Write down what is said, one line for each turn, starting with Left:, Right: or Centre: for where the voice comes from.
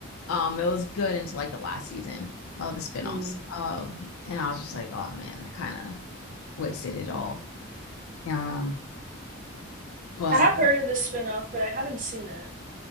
Left: Um, it was good until like the last season of the spinoffs.
Right: Mm.
Left: Um, and I was just like, oh man, I kind of wasted it all. Um, but
Right: I have heard of the spin-off, but I haven't seen it.